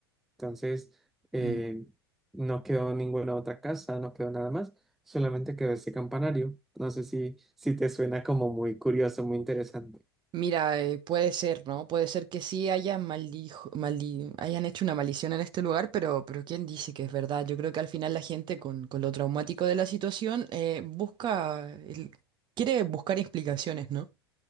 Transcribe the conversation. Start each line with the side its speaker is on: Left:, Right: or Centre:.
Centre: Entonces, eh,
Right: Mm.
Centre: no quedó ninguna otra casa, no quedó nada más, solamente quedó ese campanario. No sé si, si te suena como muy curioso, muy interesante.
Right: Mira, eh, puede ser, ¿no? Puede ser que sí hayan maldijo, maldi- hayan hecho una maldición en este lugar, pero, pero ¿quién dice que es verdad? Yo creo que al final la gente con, con lo traumático de la situación eh, busca, el- quiere buscar explicaciones, ¿no?